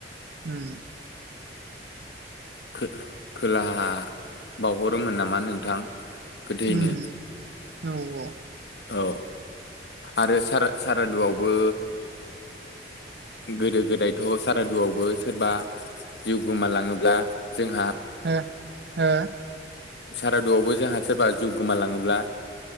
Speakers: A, on the right; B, on the left.
A: होम
B: खो-खोलाहा बावहरोमोन नामा नोंथां। गोथैनो
A: उम औ औ।
B: औ आरो सारा सारादुआवबो गोदो गोदायथ' सारादुआवबो सोरबा जिउ गोमालाङोब्ला जोंहा
A: हो हो
B: सारादुआवबो जोंहा सोरबा जिउ गोमालाङोब्ला